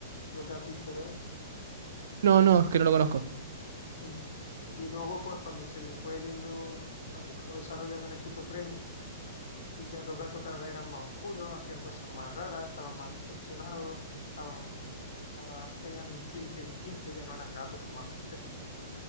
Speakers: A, on the left; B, on the right.
A: lo que has visto de él.
B: No, no, es que no lo conozco.
A: Mm. Y luego, pues cuando se le fue yendo, se acabó desarrollando una esquizofrenia y ya los gatos cada vez eran más oscuros, hacían cosas más raras, estaban más distorsionados, estaban, ya tenían un tinte distinto, ya no eran gatos tomando el té.